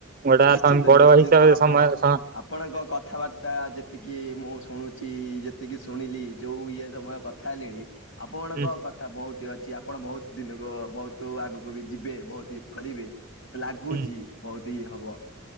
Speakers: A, on the right; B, on the left.
A: ଗୋଟା
B: ନିଶ୍ଚିନ୍ତ
A: ତୋମ ବଡାଭାଇ
B: ନିଶ୍ଚିନ୍ତ
A: ହିସାବରେ
B: ଆପଣ
A: ସମୟ ସ
B: ଆପଣଙ୍କ କଥାବାର୍ତ୍ତା ଯେତିକି ମୁଁ ଶୁଣୁଛି, ଯେତିକି ଶୁଣିଲି ଯୋଉ ଇଏ ସମୟ କ ଥା ଲେଣି ଆପଣଙ୍କ
A: ହୁଁ
B: କଥା ବହୁତି ଅଛି, ଆ ଆପଣ ବହୁତ ଦିନକ, ବହୁତୁ ଆଗକୁ ବି ଯିବେ। ବହୁତ ଇଏ କରିବେ। ମୋତେ ଲାଗୁଚି
A: ହୁଁ
B: ବହୁତ ଇଏ ହବ।